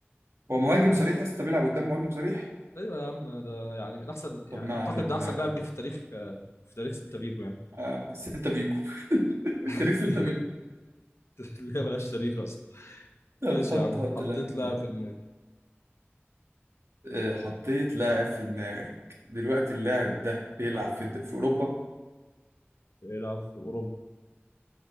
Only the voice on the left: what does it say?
ماشي
ايوه يا عم ده يعني من احسن يعني
اعتقد
ده
احسن
لاعب جه في التاريخ آه، في تاريخ سيلتا فيجو يعني
<laughs>
اللي هي ملهاش تاريخ اصلا
ماشي
يا عم
حطيت
لاعب
في دماغي
بيلعب في اوروبا